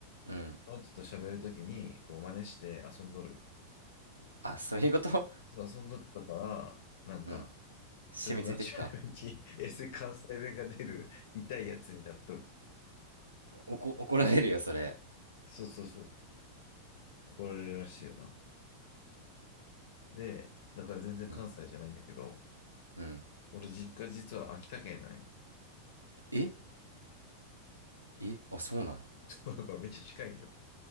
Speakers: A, on the right; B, on the left.
A: うん。
B: ちょっと喋るときに、こう真似して遊んどる。
A: <laughs> あ、そういうこと
B: 遊んどったから、なんか、
A: うん。染みついてきた。
B: ちょっとナチュラルに <laughs> S 関西弁が出る痛いやつになっとる。
A: おこ、怒られるよ、それ。
B: そうそうそう。怒られるらしいよな。で、だから全然関西じゃないんだけど、
A: うん、うん。
B: 俺実家実は秋田県なんよ。
A: ええあ、そうなん。
B: <laughs> だからめっちゃ近いんよ。